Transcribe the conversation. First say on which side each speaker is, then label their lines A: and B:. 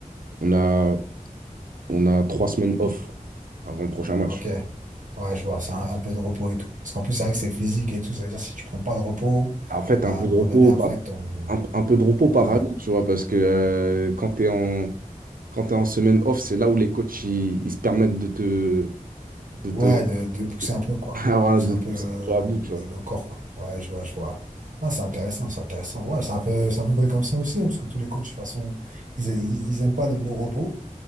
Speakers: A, on the right; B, on the right.
A: on a, on a trois semaines off avant le prochain match.
B: ok. Ouais, je vois, c'est un, un peu de repos et tout. Parce qu'en plus, c'est vrai que c'est physique et tout. C'est-à-dire, si tu prends pas de repos,
A: En fait,
B: à
A: un peu
B: un moment
A: de repos,
B: donné, après,
A: pas,
B: ton.
A: un, un peu de repos, pas
B: Ouais,
A: vraiment, tu vois, parce que euh, quand tu es en Quand tu es en semaine off, c'est là où les coachs ils, ils se permettent de te, de te,
B: ouais, de, de pousser un peu,
A: <laughs>
B: quoi.
A: Ah, voilà,
B: De pousser
A: de
B: un
A: te
B: peu
A: pousser
B: le,
A: un peu à bout, tu
B: le-
A: vois.
B: le corps, quoi. Ouais, je vois, je vois. Ah, c'est intéressant, c'est intéressant. Ouais, c'est un peu, c'est à peu près comme ça aussi, hein, parce que tous les coachs, de toute façon, ils, ils, ils aiment pas le mot repos,